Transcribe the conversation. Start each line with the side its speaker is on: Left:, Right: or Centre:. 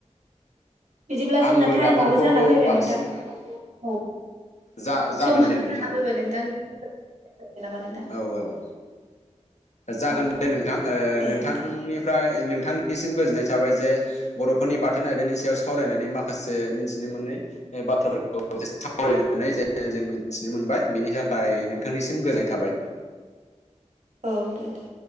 Right: बिदिब्ला जोंना
Left: आंबो
Right: टाइमआबो
Left: नाफामखौ
Right: जाना फैबाय
Left: बांसिन
Right: नोंथां औ।
Left: जा जागोन
Right: समाबो
Left: दे नोंथां
Right: जाना फैबाय नोंथां नामा नोंथां <unintelligible>
Left: औ औ जागोन
Right: औ
Left: दे
Right: औ
Left: नोंथां ओ-
Right: दे
Left: नोंथांनिफ्राय
Right: नोंथां
Left: नोंथांनिसिम गोजोननाय थाबाय जे बरफोरनि बाथोन आयदानि सायाव सावरायनानै माखासे मिन्थिनो मोनै। बाथ्राफोरखौ <unintelligible> जों मिथिनो मोनबाय बिनि थाखाय नोंथांनिसिम गोजोननाय थाबाय।
Right: औ दे दे